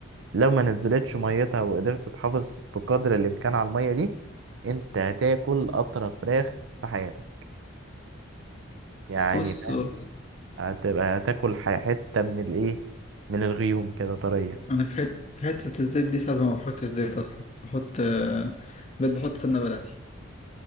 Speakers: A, on the right; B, on the left.
A: لو ما نزلتش ميتها وقدرت تحافظ بقدر الامكان على الميه دي انت هتاكل اطرى فراخ في حياتك يعني
B: بص
A: فاهم
B: هو
A: هتبقى هتاكل ح- حته من الايه من الغيوم كده طريه
B: انا في حته في حته الزيت دي ساعات ما بحطش زيت اصلا بحط آه، بقيت بحط سمنه بلدي